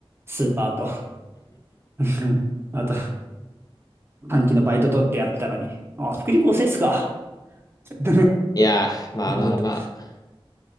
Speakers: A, on the right; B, on the left.
A: スーパーと。<laughs> あと、短期のバイト取ってやってたのに。あ、福利厚生っすか。<laughs>
B: いやー、まあまあまあ。
A: なんじゃった。